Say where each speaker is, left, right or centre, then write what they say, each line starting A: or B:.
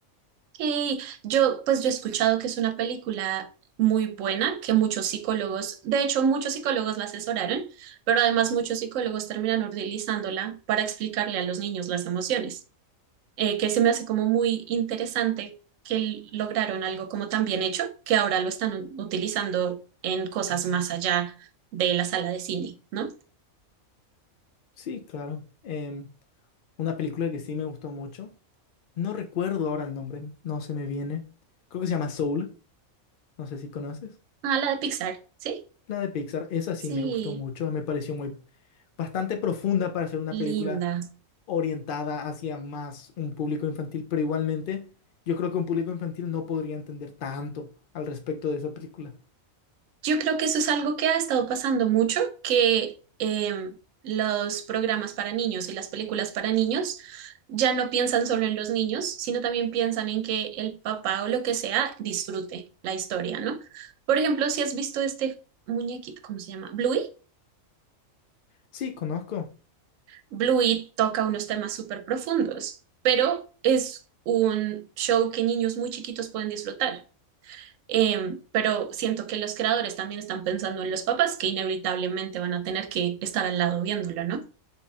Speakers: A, on the right; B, on the left.
A: Ok. Yo, pues yo he escuchado que es una película muy buena, que muchos psicólogos, de hecho, muchos psicólogos la asesoraron, pero además muchos psicólogos terminan utilizándola para explicarle a los niños las emociones, eh, que se me hace como muy interesante que l- lograron algo como tan bien hecho, que ahora lo están u- utilizando en cosas más allá de la sala de cine, ¿no?
B: sí, claro. Em, una película que sí me gustó mucho. No recuerdo ahora el nombre, no se me viene. Creo que se llama Soul, no sé si conoces.
A: Ah, la de Pixar, ¿sí?
B: La de Pixar, esa sí
A: Sí,
B: me gustó mucho, me pareció muy bastante profunda para ser una
A: linda.
B: película orientada hacia más un público infantil, pero igualmente yo creo que un público infantil no podría entender tanto al respecto de esa película.
A: Yo creo que eso es algo que ha estado pasando mucho, que em, los programas para niños y las películas para niños ya no piensan solo en los niños, sino también piensan en que el papá o lo que sea disfrute la historia, ¿no? Por ejemplo, si has visto este muñequito, ¿cómo se llama? Bluey.
B: Sí, conozco,
A: Bluey toca unos temas súper profundos, pero es un show que niños muy chiquitos pueden disfrutar. Em, pero siento que los creadores también están pensando en los papás que inevitablemente van a tener que estar al lado viéndolo, ¿no?